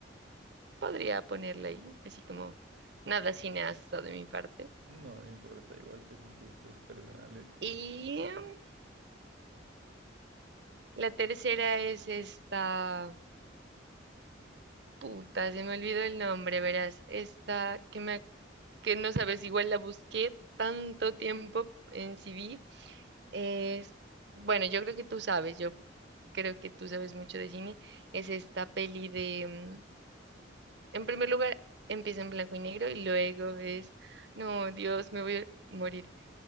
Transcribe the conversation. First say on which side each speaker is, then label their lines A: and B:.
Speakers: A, on the right; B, on the right.
A: podría ponerla ahí, así como nada cineasta de mi parte.
B: No, no importa, igual pues son gustos personales.
A: Y em, la tercera es esta, puta, se me olvidó el nombre, verás, esta que me, que no sabes, igual la busqué tanto tiempo en CD, es, bueno, yo creo que tú sabes, yo creo que tú sabes mucho de cine, es esta peli de, mm, en primer lugar, empieza en blanco y negro y luego es, no, Dios, me voy a morir,